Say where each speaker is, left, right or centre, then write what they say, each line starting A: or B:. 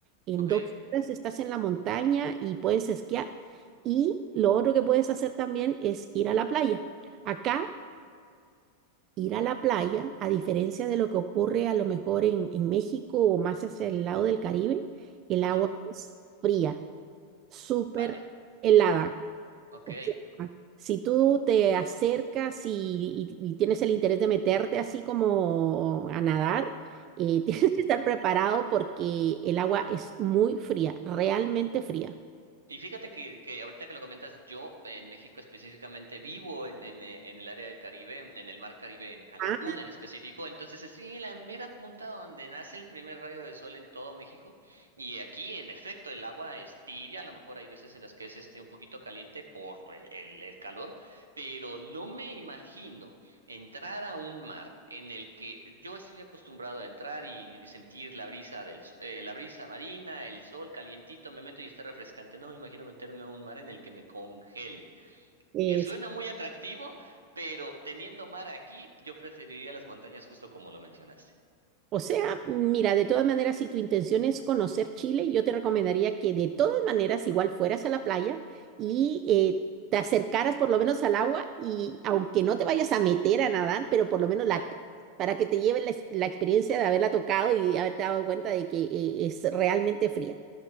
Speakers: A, on the right; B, on the right.
A: En
B: Ok.
A: dos horas estás en la montaña y puedes esquiar. Y lo otro que puedes hacer también es ir a la playa. Acá ir a la playa, a diferencia de lo que ocurre a lo mejor en, en México o más hacia el lado del Caribe, el agua
B: ujú,
A: es fría, súper
B: Vaya.
A: helada.
B: Ok.
A: O sea, si tú te acercas y, y- y tienes el interés de meterte así como a nadar, eh, <laughs> tienes
B: ujú.
A: que estar preparado porque el agua es muy fría, realmente fría.
B: Y fíjate que, que ahorita que lo comentas, yo en México específicamente vivo en, en, eh, en el área del Caribe, en el mar Caribe, en Cancún
A: Ah,
B: en específico. Entonces estoy en la mera punta donde nace el primer rayo de sol en todo México. Y aquí, en efecto, el agua es tibia. A lo mejor hay veces en las que es este un poquito caliente por el, el el calor, pero no me imagino. Entrar a un mar en el que yo estoy acostumbrado a entrar y sentir la brisa del, s- eh, la brisa marina, el sol calientito, me meto y está refrescante. No me imagino meterme a un mar en el que me congele.
A: eh,
B: Eh, suena muy atractivo, pero teniendo mar aquí, yo preferiría las montañas justo como lo mencionaste.
A: O sea, mira, de todas maneras, si tu intención es conocer Chile, yo te recomendaría que de todas maneras igual fueras a la playa y eh, te acercaras por lo menos al agua y aunque no te vayas a meter a nadar, pero por lo menos la
B: claro
A: toques para que te lleven la, ex- la experiencia de haberla tocado y haberte dado cuenta de que eh, es realmente fría.